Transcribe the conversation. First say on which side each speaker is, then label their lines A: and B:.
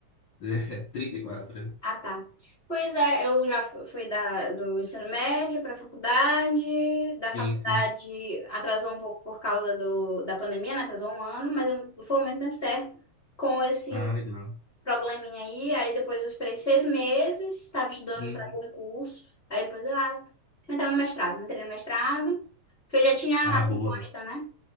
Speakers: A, on the left; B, on the left.
A: É, 34. é.
B: Ah, tá. Pois é, eu já fu- fui da, do ensino médio para faculdade. Da faculdade
A: Sim, sim.
B: atrasou um pouco por causa do, da pandemia, né? Atrasou um ano, mas eu formei no tempo certo com esse
A: Ah, legal.
B: probleminha aí. Aí depois eu esperei seis meses, estava estudando
A: Uhum.
B: para concurso. Aí depois eu ah, vou entrar no mestrado. Entrei no mestrado, que eu já tinha
A: Ah,
B: a proposta,
A: boa.
B: né?